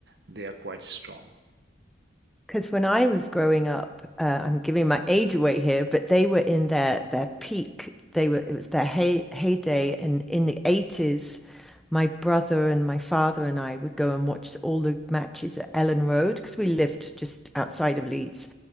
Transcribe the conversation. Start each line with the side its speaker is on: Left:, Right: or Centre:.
Right: they are quite strong.
Centre: Because when I was growing up, uh, I'm giving my age away here, but they were in their their peak. They were it was their hey, heyday, and in the 80s, my brother and my father and I would go and watch all the matches at Ellen Road because we lived just outside of Leeds,